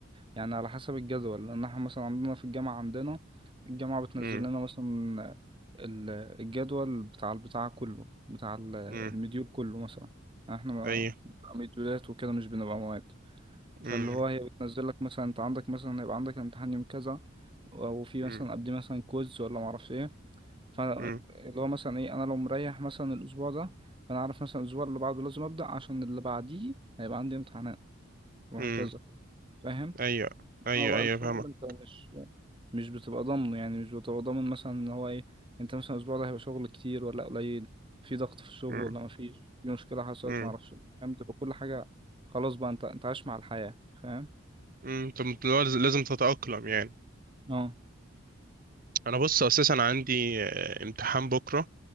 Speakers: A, on the right; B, on the right.
A: يعني على حسب الجدول لأن احنا مثلا عندنا في الجامعة عندنا الجامعة بتنزل
B: امم
A: لنا مثلا ال- الجدول بتاع البتاع كله بتاع ال-
B: امم
A: المديول كله مثلا احنا ما-
B: ايوه
A: بنبقى مديولات وكده مش بنبقى مواد فاللي
B: امم
A: هو هي بتنزل لك مثلا انت عندك مثلا هيبقى عندك امتحان يوم كذا وفي مثلا
B: امم،
A: قبل مثلا كويز ولا معرفش ايه فاللي
B: امم.
A: هو مثلا ايه انا لو مريح مثلا الاسبوع ده فانا عارف مثلا الاسبوع اللي بعده لازم ابدا عشان اللي بعديه هيبقى عندي امتحانات وهكذا
B: امم
A: فاهم
B: ايوه ايوه
A: اه بقى
B: ايوه
A: الشغل
B: فاهمة
A: انت مش مش بتبقى ضامنه يعني مش بتبقى ضامن مثلا ان هو ايه انت مثلا الاسبوع ده هيبقى شغل كتير ولا قليل في ضغط في الشغل
B: امم
A: ولا مفيش في مشكله حصلت
B: امم
A: معرفش فاهم تبقى كل حاجه خلاص بقى انت انت عايش مع الحياه فاهم
B: امم طب لازم لازم تتأقلم يعني
A: اه
B: انا بص اساسا عندي آه، امتحان بكرة